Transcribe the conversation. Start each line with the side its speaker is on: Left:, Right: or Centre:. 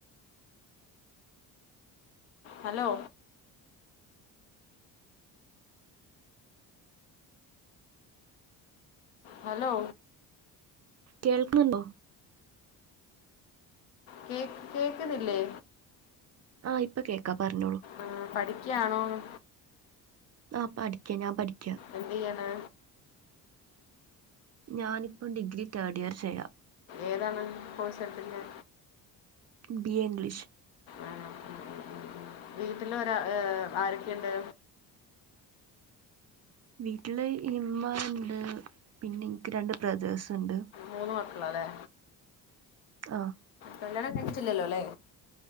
Left: hello hello
Right: കേൾക്കുന്നുണ്ടോ
Left: കേക്ക് കേൾക്കുന്നില്ലേ
Right: ആഹ് ഇപ്പൊ കേൾക്കാം പറഞ്ഞോളൂ
Left: ആഹ് പഠിക്കയാണോന്ന്
Right: ആഹ് പഠിക്ക ഞാൻ പഠിക്ക
Left: എന്ത് ചെയ്യാണ്
Right: ഞാനിപ്പം ഡിഗ്രി തേർഡ് ഇയർ ചെയ്യ
Left: ഏതാണ് കോഴ്സ് എടുത്തിട്ടുള്ള
Right: ബി എ ഇംഗ്ലീഷ്
Left: ആഹ് ഉം ഉം വീട്ടിൽ ഒരാ ആരൊക്കെയുണ്ട്
Right: വീട്ടില് ഇമ്മണ്ട് പിന്നെ എനിക്ക് രണ്ട് ബ്രദേഴ്സ് ഉണ്ട്
Left: മൂന്ന് മക്കളല്ലേ
Right: ആഹ്
Left: കല്യാണം കഴിച്ചില്ലല്ലോ അല്ലേ